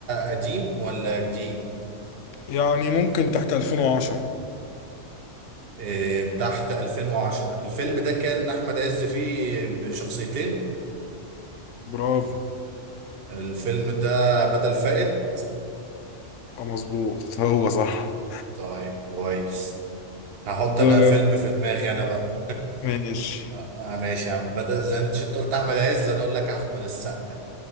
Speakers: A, on the right (about 55°); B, on the left (about 80°).
A: قديم ولا جديد
B: يعني ممكن تحت 2010
A: آه، تحت 2010 الفيلم ده كان احمد عز فيه بشخصيتين
B: برافو
A: الفيلم ده بدل فائد
B: آه، مظبوط هو صح
A: طيب كويس هحط
B: دورك
A: انا فيلم في دماغي انا بقى
B: ماشي
A: آه آه، ماشي يا عم بدل زي انت شفت قلت احمد عز انا اقول لك احمد السقا